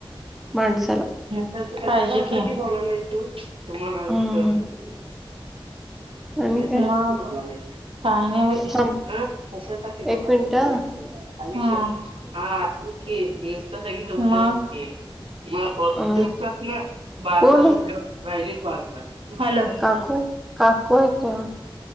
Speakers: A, in the centre; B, on the right (about 75°).
A: माणसाला.
B: किती बोलाला तू तुम्हाला
A: हम्म
B: <unintelligible>
A: आणि
B: मग
A: काय
B: काय नाही बाई
A: थांब
B: अ कशासाठी बोलायलसं
A: एक मिनिट हम्म
B: आयष्य हा <unintelligible> गेस तर <unintelligible> मग
A: अ
B: दिवसातनं बारा
A: कोण
B: तास
A: आहे
B: झोपल्यावर राहिलेच बारा तास हँलो!
A: काकू आहे काकू आहे काय